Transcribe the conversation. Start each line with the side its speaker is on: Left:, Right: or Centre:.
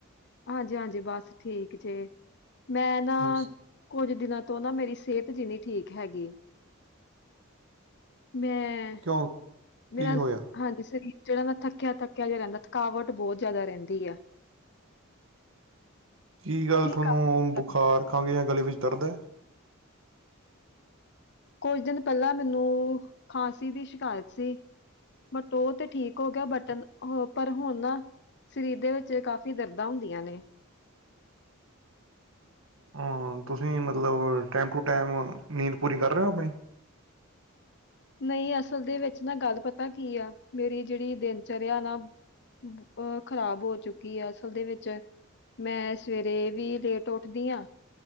Left: ਹਾਂਜੀ, ਹਾਂਜੀ ਬਸ ਠੀਕ ਜੇ, ਮੈਂ ਨਾ
Right: ਬਸ
Left: ਕੁੱਝ ਦਿਨਾਂ ਤੋਂ ਨਾ ਮੇਰੀ ਸਿਹਤ ਜਿੰਨੀ ਠੀਕ ਹੈਗੀ। ਮੈਂ
Right: ਕਿਉਂ
Left: ਮੇਰਾ
Right: ਕੀ ਹੋਇਆ
Left: ਹਾਂਜੀ ਸਰੀਰ ਜਿਹੜਾ ਨਾਲ ਥੱਕਿਆ, ਥੱਕਿਆ ਜਿਹਾ ਰਹਿੰਦਾ ਥਕਾਵਟ ਬਹੁਤ ਜਿਆਦਾ ਰਹਿੰਦੀ ਹੈ।
Right: ਕੀ ਗੱਲ ਤੁਹਾਨੂੰ
Left: ਕਾਰਨ ਹੋ
Right: ਬੁਖਾਰ
Left: ਸਕਦਾ?
Right: ਖਾਂਘ ਜਾਂ ਗਲੇ ਵਿੱਚ ਦਰਦ ਹੈ।
Left: ਕੁਝ ਦਿਨ ਪਹਿਲਾਂ ਮੈਨੂੰ ਖਾਂਸੀ ਦੀ ਸ਼ਿਕਾਇਤ ਸੀ। ਬਟ ਉਹ ਤੇ ਠੀਕ ਹੋ ਗਿਆ ਬਟਨ ਪਰ ਹੁਣ ਸਰੀਰ ਦੇ ਵਿੱਚ ਕਾਫ਼ੀ ਦਰਦਾਂ ਹੁੰਦੀਆਂ ਨੇ।
Right: <inaudible> ਹੋਰ ਤੁਸੀਂ ਮਤਲਬ ਟਾਈਮ ਟੂ ਟਾਈਮ ਨੀਂਦ ਪੂਰੀ ਕਰ ਰਹੇ ਹੋ ਆਪਣੀ
Left: ਨਹੀਂ ਅਸਲ ਦੇ ਵਿੱਚ ਨਾ ਗੱਲ ਪਤਾ ਕੀ ਆ ਮੇਰੀ ਜਿਹੜੀ ਦਿਨ ਚਰਿਆ ਨਾ ਅਹ ਖ਼ਰਾਬ ਹੋ ਚੁੱਕੀ ਹੈ ਅਸਲ ਦੇ ਵਿੱਚ ਮੈਂ ਸਵੇਰੇ ਵੀ ਲੇਟ ਉੱਠਦੀ ਹਾਂ